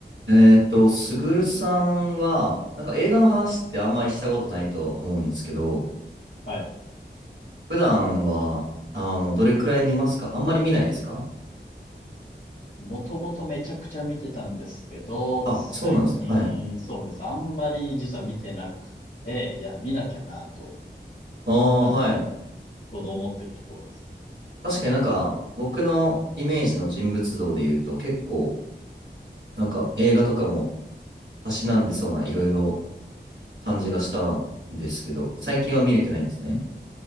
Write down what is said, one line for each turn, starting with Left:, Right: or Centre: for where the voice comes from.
Right: えーっと、すぐるさんは、なんか映画の話ってあんまりしたことないと思うんですけど、
Left: はい。
Right: 普段は、あの、どれくらい見ますかあんまり見ないですか
Left: もともとめちゃくちゃ見てたんですけど、
Right: あ、
Left: 最近、
Right: そうなんですね。はい。
Left: そうなんです。あんまり実は見てなくて、いや、見なきゃなと、
Right: ああ、
Left: あの、
Right: はい。
Left: ちょうど思ってるところです。
Right: 確かになんか、僕のイメージの人物像で言うと、結構、なんか映画とかも、たしなんでそうないろいろ感じがしたんですけど、最近は見れてないんですね。